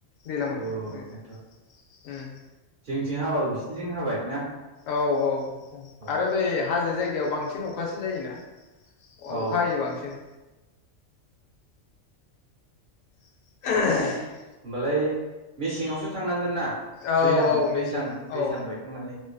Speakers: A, on the left; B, on the right.
A: दैज्लां बोथोराव
B: अ ओंखायनोथ'
A: ओम
B: जोंथिं हाबाबो बिसिनिथिं हाबाय ना
A: औ औ।
B: औ
A: आरो बै हाजो जाय गायाव बांसिन अखासो जायोना।
B: औ
A: अखा हायो बांसिन। <unintelligible>
B: होमबालाय मेसेंआवसो थांनांगोन ना
A: औ
B: दैलां
A: औ
B: दैज्लां
A: मेसें
B: दैज्लां
A: औ
B: बायखांनानै